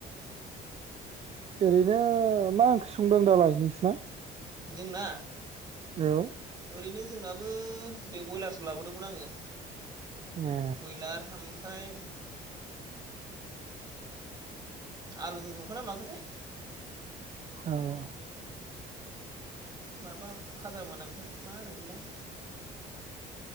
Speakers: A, on the right; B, on the right.
A: ओरैनो मा ओंख्रि संदों दालाय नोंसिना
B: जोंना
A: औ
B: ओरैनो जोंनाबो देव बयलारसो लाबोदोंमोन आङो
A: ए
B: बयलार ओमफ्राय आलुजों संखोना माखोथाय
A: औ औ
B: माबा फाजामोन ओमफ्राय मा होनोमोनलाय